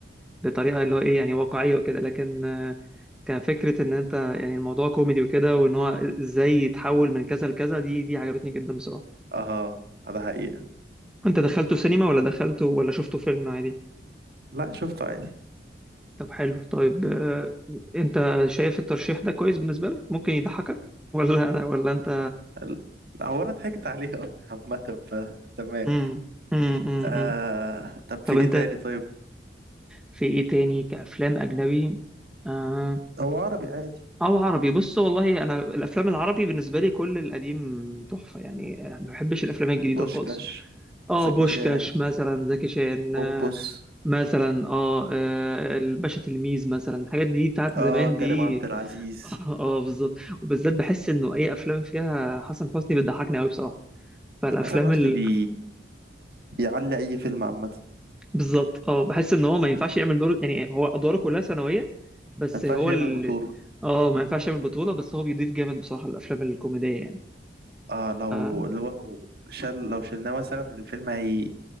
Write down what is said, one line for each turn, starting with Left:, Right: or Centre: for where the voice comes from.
Centre: بطريقه اللي هو ايه يعني واقعيه وكده لكن آه، كان فكره ان انت يعني الموضوع كوميدي وكده وان هو ازاي يتحول من كذا لكذا دي دي عجبتني جدا بصراحه
Right: اه ده حقيقة
Centre: انت دخلته سينما ولا دخلته ولا شفته فيلم عادي
Right: لا شفته عادي
Centre: طب حلو طيب آه، انت شايف الترشيح ده كويس بالنسبه لك ممكن يضحكك <laughs> ولا ولا انت
Right: ال- هو انا ضحكت عليه اصلا عامة فتمام
Centre: امم امم
Right: آه...
Centre: امم
Right: طب
Centre: طب
Right: في ايه
Centre: انت
Right: تاني طيب
Centre: في ايه تاني كافلام اجنبي آه
Right: هو عربي عادي
Centre: او عربي بص والله انا الافلام العربي بالنسبه لي كل القديم تحفه يعني ما بحبش الافلام الجديده
Right: بوشكاش
Centre: خالص اه
Right: زكي
Centre: بوشكاش
Right: شان
Centre: مثلا زكي شان
Right: بوبوس
Centre: آه، مثلا اه آه، الباشا تلميذ مثلا الحاجات دي بتاعت
Right: اه
Centre: زمان
Right: كريم
Centre: دي
Right: عبد العزيز
Centre: <laughs> اه آه، بالظبط وبالذات بحس انه اي افلام فيها حسن حسني بتضحكني قوي بصراحه فالافلام
Right: حسن حسني
Centre: ال...
Right: بي... بيعلي اي فيلم عامة
Centre: بالظبط اه بحس ان هو ما ينفعش يعمل دور يعني هو ادواره كلها ثانويه بس
Right: ما ينفعش
Centre: هو
Right: يعمل
Centre: ال...
Right: بطولة
Centre: اه ما ينفعش يعمل بطوله بس هو بيضيف جامد بصراحه الافلام الكوميديه يعني
Right: اه لو
Centre: آه،
Right: اللي هو لو شل لو شلناه مثلا الفيلم هي